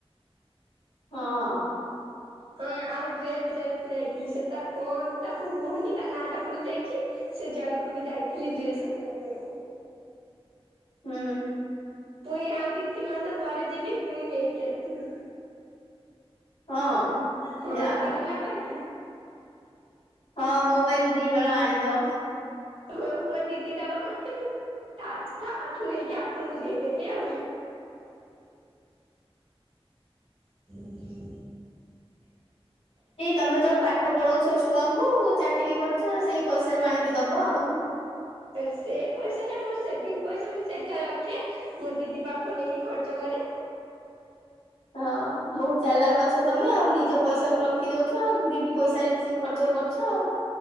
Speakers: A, on the left (about 85°); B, on the right (about 65°).
A: ହଁ।
B: ହଁ ଆଉ ଡ୍ରେସ <unintelligible> ଯାଇଥିଲି ସେଟା କଣ ତାକୁ କୁହନ୍ତି ତା ନାଁ ଟା ଭୁଲି ଯାଇଛି। ସେ ଜାଗାକୁ ବି ଯାଇଥିଲି ଡ୍ରେସ ଆଣିବା ପାଇଁ।
A: ହୁଁ।
B: ପୁଣି ଆଉ ଦିଇ ତିନି ମାସ ପରେ ଯିବି ପୁଣି ନେଇକି ଆସିବି।
A: ହଁ।
B: ହଁ,
A: ଯା ହଉ
B: ତମେ ନବ କି?
A: ହଁ ମୋ ପାଇଁ ବି ଦି ହଳ ଆଣିଦବ।
B: ହଉ ମୋ ଦିଦି ଦବ ମତେ ମୁଁ ତା ତାଆ ଠୁ ନେଇକି ଆପଣଙ୍କୁ ଦେଇଦେବି ଆଉ। <unintelligible>
A: କି ତମେ ତ ପାଠ ପଢଉଛ ଛୁଆଙ୍କୁ ଚାକିରି କରୁଛ ସେଇ ପଇସା ରୁ ଆଣିକି ଦବ ଆଉ।
B: ସେ ପଇସା ଟା ମୋ ସେଭିଙ୍ଗ ପଇସା ମୁଁ ସେଟା ରଖେ। ମୋ ଦିଦି ପାଖରୁ ନେଇକି ଖର୍ଚ୍ଚ କରେ।
A: ହଁ ବହୁତ ଚାଲାଖ ଅଛ ତମେ ଆଉ। ନିଜ ପଇସାକୁ ରଖିଦଉଛ ଆଉ। ଦିଦି ପଇସାରେ ସେ ଖର୍ଚ୍ଚ କରୁଛ ଆଉ।